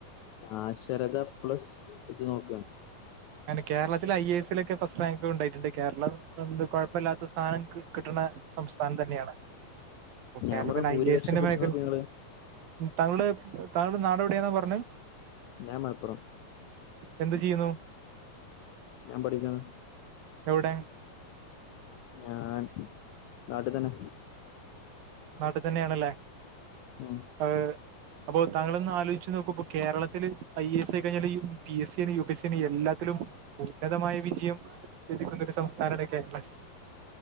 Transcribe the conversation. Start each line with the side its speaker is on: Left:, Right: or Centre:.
Left: സാക്ഷരത പ്ലസ് ഇത് നോക്കുക?
Right: പിന്നെ കേരളത്തിൽ ഐ. എ. എസിൽ ഒക്കെ ഫസ്റ്റ് റാങ്ക് ഉണ്ടായിട്ടുണ്ട്. കേരളം കൊഴപ്പമില്ലാത്ത സ്ഥാനം കിട്ടണ സംസ്ഥാനം തന്നെയാണ്
Left: ഞാൻ
Right: കേരളത്തിന്
Left: പറഞ്ഞ ഭൂരിപക്ഷം
Right: ഐ എ എസിന്
Left: വെച്ച്
Right: മേഖൽ
Left: നോക്ക് നിങ്ങള്
Right: താങ്കള് താങ്കളുടെ നാട് എവിടെയാന്നാ പറഞ്ഞെ
Left: ഞാൻ മലപ്പുറം
Right: എന്ത് ചെയ്യുന്നു
Left: ഞാൻ പഠിക്കുന്ന്
Right: എവിടെ
Left: ഞാൻ നാട്ടി തന്നെ
Right: നാട്ടി തന്നെയാണല്ലേ
Left: ഉം
Right: അ അപ്പൊ താങ്കള് ഒന്ന് ആലോയിച്ച് നോക്കു ഇപ്പം കേരളത്തില് ഐ എസ് ആയി കഴിഞ്ഞാല് ഈ പി എസിയാണേ യു പി എ സിയാണേ എല്ലാത്തിലും ഉന്നതമായ വിജയം ലഭിക്കുന്നൊരു സംസ് ഥാനാണ് കേര്ളസ്